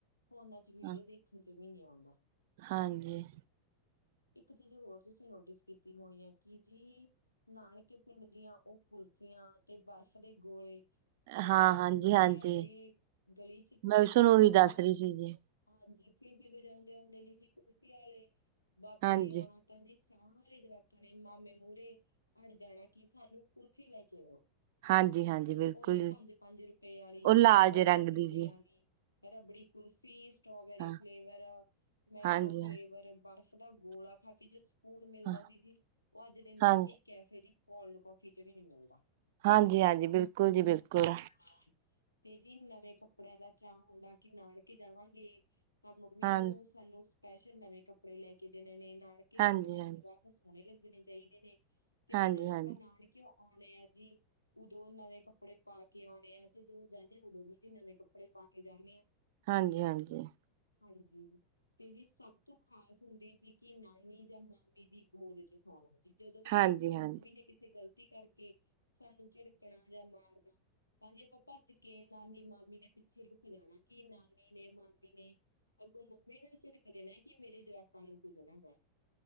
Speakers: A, on the left; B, on the right.
A: ਫੋਨਾਂ ਚ ਵੀੜੀਓ
B: ਹਾਂ
A: ਦੇਖ ਦੇਖਣ ਚ ਵੀ ਨਹੀਂ ਆਉਂਦਾ।
B: ਹਾਂਜੀ।
A: ਇੱਕ ਚੀਜ ਹੋਰ ਤੁਸੀਂ ਨੋਟਿਸ ਕੀਤੀ ਹੋਣੀ ਐ ਕਿ ਜੀ ਨਾਣਕੇ ਪਿੰਡ ਦੀਆਂ ਓ ਕੁਲਫੀਆਂ ਤੇ ਬਰਫ਼ ਦੇ ਗੋਲੇ਼ ਜਦੋਂ
B: ਹਾਂ
A: ਜੀ
B: ਹਾਂਜੀ
A: ਦੁਪੈਰੇ
B: ਹਾਂਜੀ
A: ਗਲੀ਼ ਚ ਪੀ-ਪੀ
B: ਮੈਂ ਵੀ ਤੁਹਾਨੂੰ ਉਹੀ
A: ਵਜੋਂਦਾ
B: ਦੱਸ ਰਹੀ
A: ਔਣਾ
B: ਸੀ ਜੀ
A: ਹਾਂਜੀ, ਪੀਪੀਂ ਵਜਾਔਦੇ ਔਂਦੇ ਨੇ ਜੀ, ਕੁਲਫੀ ਵਾਲੇ਼ ਬਾਬੇ
B: ਹਾਂਜੀ
A: ਨੇ ਔਣਾ ਤਾਂ ਜੀ ਸਾਰੇ ਜਵਾਕਾਂ ਨੇ ਮਾਮੇ ਮੂਰੇ ਅੜ ਜਾਣਾ, ਕਿ ਸਾਨੂੰ ਕੁਲਫੀ ਲੈ ਕੇ ਦੋ।
B: ਹਾਂਜੀ ਹਾਂਜੀ ਬਿਲਕੁਲ
A: ਓ ਜੀ ਪੰਜ-ਪੰਜ ਰਪੇ ਆਲੀ਼,
B: ਉਹ ਲਾਲ
A: ਦਸ-ਦਸ
B: ਜੇ ਰੰਗ
A: ਰਪੇ
B: ਦੀ ਸੀ
A: ਵਾਲੀ਼ ਰਬੜੀ ਕੁਲਫੀ, ਸਟੋਬੇਰੀ
B: ਹਾਂ
A: ਫਲੇਵਰ, ਮੈਂਗੋ
B: ਹਾਂਜੀ
A: ਫਲੇਵਰ
B: ਹਾਂ
A: ਬਰਫ਼ ਦਾ ਗੋਲਾ਼ ਖਾ ਕੇ ਜੋ ਸਕੂਨ ਮਿਲਦਾ
B: ਹਾਂ
A: ਸੀ ਜੀ, ਓ ਅੱਜ ਦੇ
B: ਹਾਂਜੀ
A: ਮੈਂਗੇ ਕੈਫੇ ਦੀ ਕੋਲਡ ਕੋਫੀ ਚ ਵੀ ਨੀ ਮਿਲ਼ਦਾ।
B: ਹਾਂਜੀ-ਹਾਂਜੀ, ਬਿਲਕੁਲ ਜੀ ਬਿਲਕੁਲ।
A: <inaudible> ਤੇ ਜੀ ਨਵੇਂ ਕੱਪੜਿਆਂ ਦਾ ਚਾਅ ਹੁੰਦਾ ਕੀ ਨਾਨਕੇ ਜਾਵਾਂਗੇ ਤਾਂ ਮੰਮੀ
B: ਹਾਂ
A: ਨੂੰ- ਸਾਨੂੰ ਸਪੈਸ਼ਲ ਨਵੇਂ ਕੱਪੜੇ ਲੈ ਕੇ ਦੇਣੇ ਨੇ ਨਾਨਕੇ
B: ਹਾਂਜੀ
A: ਜਾਣਾ
B: ਹਾਂਜੀ
A: ਏ ਜਵਾਕ- ਸੋਣੇ ਲੱਗਣੇ ਚਾਈਦੇ ਨੇ। ਤੇ
B: ਹਾਂਜੀ
A: ਜੀ ਜਦੋਂ
B: ਹਾਂਜੀ
A: ਆਪਾਂ ਨਾਨਕਿਓ ਆਉਣੇ ਆਂ ਜੀ- ਉਦੋਂ ਨਵੇਂ ਕੱਪੜੇ ਪਾ ਕੇ ਆਉਣੇ ਆ ਤੇ ਜਦੋ ਜਾਂਨੇ ਆ ਓਦੋਂ ਵੀ ਜ ਨਵੇਂ ਕੱਪੜੇ ਪਾ ਕੇ ਜਾਂਨੇ ਆ।
B: ਹਾਂਜੀ-ਹਾਂਜੀ।
A: ਹਾਂਜੀ। ਤੇ ਜੀ ਸਭ ਤੋਂ ਖ਼ਾਸ ਹੁੰਦੀ ਸੀ ਕੀ ਨਾਨੀ ਜਾਂ ਮਾਮੀ ਦੀ ਗੋਦ ਚ ਸੌਣਾ। ਜੀ ਜਦੋਂ ਵੀ
B: ਹਾਂਜੀ
A: ਘਰ ਚ ਮੰਮੀ ਨੇ ਕਿਸੇ ਗ਼ਲਤੀ ਕਰਕੇ ਸਾਨੂੰ ਝਿੜਕਣਾ ਜਾਂ ਮਾਰਨਾ- ਤਾਂ ਜੇ ਆਪਾਂ ਭੱਜ ਕੇ ਨਾਨੀ-ਮਾਮੀ ਦੇ ਪਿੱਛੇ ਲੁਕ ਜਾਣਾ। ਕਿ ਨਾਨੀ ਨੇ, ਮਾਮੀ ਨੇ- ਅੱਗੋਂ ਮੰਮੀ ਨੂੰ ਈ ਝਿੜਕ ਦੇਣਾ ਕਿ ਮੇਰੇ ਜਵਾਕਾਂ ਨੂੰ ਕੁੱਝ ਨਾ ਕੈ।